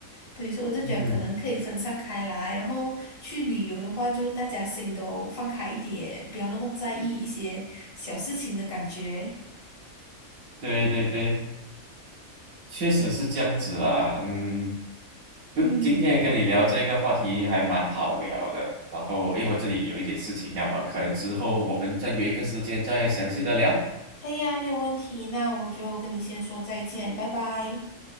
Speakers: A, on the left; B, on the right.
A: 对，所以我就觉得可能可以分散开来，
B: 嗯，
A: 然后去旅游的话，就大家心都放开一点，不要那么在意一些小事情的感觉。
B: 对对对。确实是这样子啊，嗯，不今天也跟你聊这个话题还蛮好聊的。
A: 嗯，
B: 然后，因为我这里有一点事情要忙，可能之后我们再约一个时间再详细的聊。
A: 可以啊，没有问题。那我就跟你先说再见，拜拜。